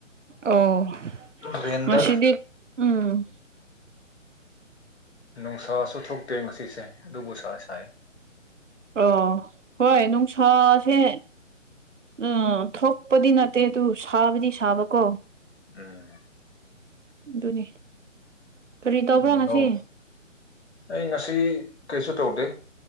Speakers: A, on the right; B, on the left.
A: ꯑꯣ
B: ꯔꯦꯟꯗ
A: ꯉꯁꯤꯗꯤ ꯎꯝ
B: ꯅꯨꯡꯁꯥꯁꯨ ꯊꯣꯛꯇꯦ ꯉꯁꯤꯁꯦ ꯑꯗꯨꯕꯨ ꯁꯥꯏ ꯁꯥꯏ
A: ꯑꯣ ꯍꯣꯏ ꯅꯨꯡꯁꯥꯁꯦ ꯎꯝ ꯊꯣꯛꯄꯗꯤ ꯅꯠꯇꯦ ꯑꯗꯨ ꯁꯥꯕꯗꯤ ꯁꯥꯕꯀꯣ
B: ꯎꯝ
A: ꯑꯗꯨꯅꯦ ꯀꯔꯤ ꯇꯧꯕ꯭ꯔꯥ
B: ꯎꯝ
A: ꯉꯁꯤ
B: ꯅꯣꯡ ꯑꯩ ꯉꯁꯤ ꯀꯩꯁꯨ ꯇꯧꯗꯦ